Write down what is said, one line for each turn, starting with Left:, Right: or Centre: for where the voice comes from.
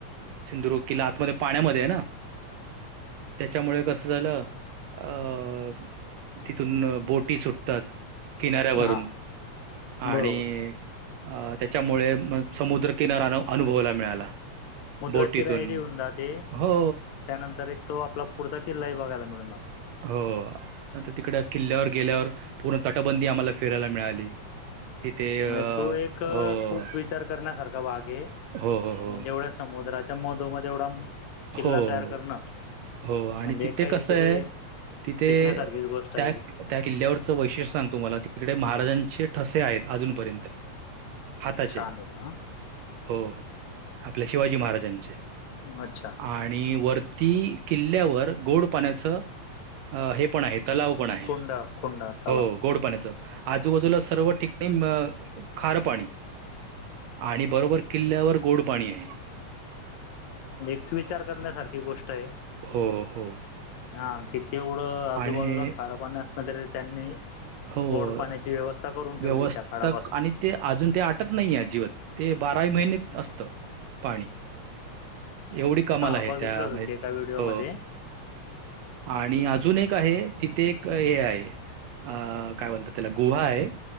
Right: सिंधुदुर्ग किल्ला आतमध्ये, पाण्यामध्ये आहे ना, त्याच्यामुळे कसं झालं अं.. तिथून बोट टी सुटतात किनाऱ्यावरून
Left: हा
Right: आणि
Left: बरोबर
Right: अं त्याच्यामुळे समुद्रकिनारा अनुभवायला मिळाला.
Left: समुद्राची
Right: बोटीतून
Left: राईय ही होऊन जाते,
Right: हो
Left: त्यानंतर एक तो आपला पुढचा किल्लाही बघायला मिळून
Right: हो आता तिकडं किल्ल्यावर गेल्यावर पूर्ण तटबंदी आम्हांला फिरायला मिळाली. तिथे अ
Left: म्हणजे तो एक
Right: हो
Left: खूप विचार करण्यासारखा भाग ये,
Right: हो, हो,
Left: म्हणजे एवढं समुद्राच्या मधो- मध एवढा
Right: हो,
Left: किल्ला
Right: हो,
Left: तयार करणं,
Right: हो आणि
Left: म्हणजे
Right: तिथे
Left: काहीतरी
Right: कसं आहे तिथे
Left: शिकण्यासारखीच गोष्ट
Right: त्या
Left: आहे ती
Right: त्या किल्ल्यावरचं वैशिष्ट्य सांगतो तुम्हांला, तिकडे महाराजांचे ठसे आहेत अजूनपर्यंत. हाताचे
Left: छान आहे
Right: हो आपल्या शिवाजी महाराजांचे.
Left: अच्छा.
Right: आणि वरती किल्ल्यावर गोड पाण्याचं अ हे पण आहे तलाव पण आहे.
Left: कोंडा कोंडा तलाव
Right: हो गोड पाण्याचं व आजूबाजूला सर्व ठिकाणी म खार पाणी आणि बरोबर किल्ल्यावर गोड पाणी आहे.
Left: म्हणजे एक विचार करण्यासारखी गोष्ट आहे.
Right: हो हो.
Left: हा किती एवढं आजूबाजूला
Right: आणि
Left: खार पाणी असल तरी त्यांनी
Right: हो
Left: गोड पाण्याची व्यवस्था करून ठेवली
Right: व्यवस्थक
Left: त्या काळापासून.
Right: आणि ते अजून ते आटत नाही अजिबात. ते बाराही महिने असतं पाणी. एवढी कमाल
Left: हा
Right: आहे
Left: बघितलं
Right: त्या
Left: होत
Right: मध्ये
Left: ते एका व्हिडिओमध्ये
Right: अ. आणि अजून एक आहे तिथे एक हे आहे. अ काय म्हणतात त्याला गुहा आहे.